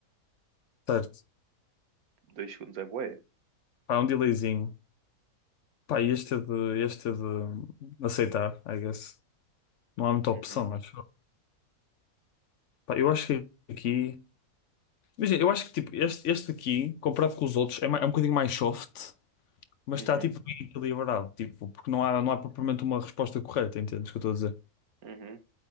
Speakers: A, on the left; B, on the right.
A: Certo.
B: Dois segundos é bué.
A: Pá, é um delayzinho. Pá, e este é de, este é de aceitar, I guess. Não há muita opção,
B: Uhum,
A: mas pá, eu acho que aqui. Imagina, eu acho que tipo, este, este aqui, comparado com os outros, é, ma- é um bocadinho mais soft. Mas
B: uhum,
A: está tipo bem equilibrado, tipo, porque não há, não há propriamente uma resposta correta, entendes o que eu estou a dizer?
B: uhum.